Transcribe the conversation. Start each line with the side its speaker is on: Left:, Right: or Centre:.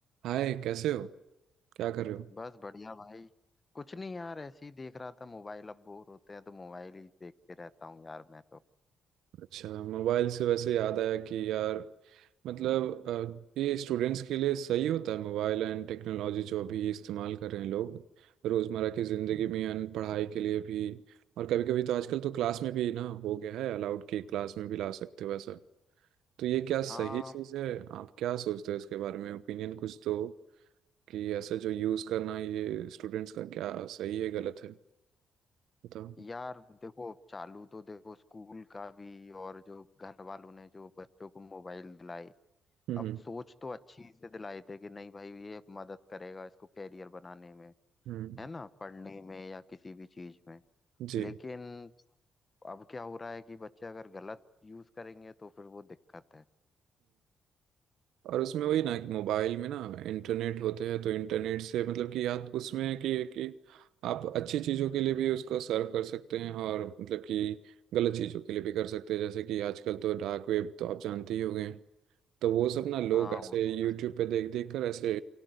Right: हाय कैसे हो क्या कर रहे हो
Left: बस बढ़िया भाई कुछ नहीं यार ऐसे ही देख रहा था मोबाइल अब बोर होते हैं तो मोबाइल ही देखते रहता हूँ यार मैं तो
Right: अच्छा मोबाइल से वैसे याद आया कि यार मतलब अ, ये स्टूडेंट्स के लिए सही होता है मोबाइल एंड टेक्नोलॉजी जो अभी इस्तेमाल कर रहे हैं लोग रोज़मर्रा की ज़िंदगी में एंड पढ़ाई के लिए भी और कभी कभी तो आजकल तो क्लास में भी ना हो गया है अलाउड कि क्लास में भी ला सकते हो ऐसा तो ये क्या
Left: हाँ
Right: सही चीज़ है आप क्या सोचते हो इसके बारे में ओपिनियन कुछ दो कि ऐसा जो यूज़ करना ये स्टूडेंट्स का क्या सही है गलत है बताओ
Left: यार देखो चालू तो देखो स्कूल का भी और जो घर वालों ने जो बच्चों को मोबाइल दिलाए
Right: हम्म
Left: अब
Right: हम्म
Left: सोच तो अच्छी से दिलाए थे कि नहीं भाई ये मदद करेगा इसको कैरियर बनाने में
Right: हम्म,
Left: है ना पढ़ने में या किसी भी चीज में
Right: जी
Left: लेकिन अब क्या हो रहा है कि बच्चे अगर गलत यूज करेंगे तो फिर वो दिक्कत है
Right: और उसमें वही ना कि मोबाइल में ना इंटरनेट होते हैं तो इंटरनेट से मतलब कि याद उसमें है कि कि आप अच्छी चीज़ों के लिए भी उसको सर्व कर सकते हैं और मतलब कि गलत चीज़ों के लिए भी कर सकते हैं जैसे कि आजकल तो डार्क वेब तो आप जानते ही होंगे तो वो सब ना लोग
Left: हाँ
Right: ऐसे यूट्यूब पे देख देख कर ऐसे